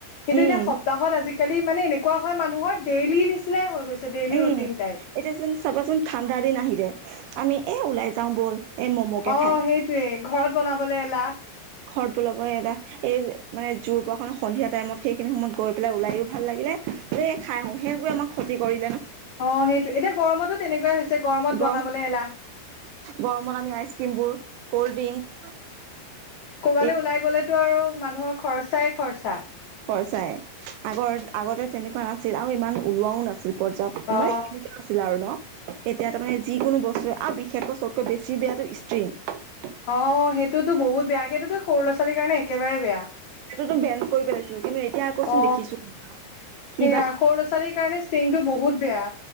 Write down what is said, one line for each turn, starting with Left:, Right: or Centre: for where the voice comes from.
Left: কিন্তু
Right: উম
Left: এতিয়া সপ্তাহত আজিকালি মানে এনেকুৱা হয়, মানুহৰ ডেইলি নিচিনাই হৈ গৈছে। ডেইলি
Right: উম'
Left: ৰুটিন টাইপ
Right: এতিয়া যোন চাবাচোন ঠাণ্ডা দিন আহিলে আমি এ ওলাই যাওঁ ব'ল। এই ম'ম'কে
Left: অ
Right: খাই
Left: সেইটোৱে ঘৰত বনাবলৈ এলাহ।
Right: ঘৰত ওলাব এটা এই মানে জোৰ পোৱা খন সন্ধিয়া টাইমত সেইখিনি সময়ত গৈ পেলাই ওলাইও ভাল লাগিলে। খাই আহো, সেইবোৰে আমাক ক্ষতি কৰি
Left: অ' সেইটো এতিয়া গৰমতো তেনেকুৱাই হৈছে, গৰমত
Right: গৰম
Left: বনাবলৈ এলাহ।
Right: গৰমত আমি আইচক্ৰীমবোৰ, ক'ল্ড ড্ৰিংক-
Left: ক'বালৈ
Right: এই
Left: ওলাই গ'লেতটো আৰু মানুহৰ খৰচাই খৰচা।
Right: খৰচাই আগৰ আগতে তেনেকুৱা নাছিল, আৰু ইমান ওলোৱাও নাছিল। পৰ্যাপ্ত
Left: অ
Right: মানে, আছিল আৰু ন। এতিয়া তাৰমানে যিকোনো বস্তু, আৰু বিশেষকৈ চবতকৈ বেছি বেয়াটো ষ্টিং
Left: অ সেইটোতো বহুত বেয়া, সেইটোতো সৰু লৰা-ছোৱালীৰ কাৰণে একেবাৰে বেয়া।
Right: সেইটোতো বেন কৰি পেলাইছিল, কিন্তু এতিয়া আকৌচোন
Left: অ
Right: দেখিছো। কিবা
Left: সেয়া সৰু ল'ৰা-ছোৱালীৰ কাৰণে ষ্টিংটো বহুত বেয়া।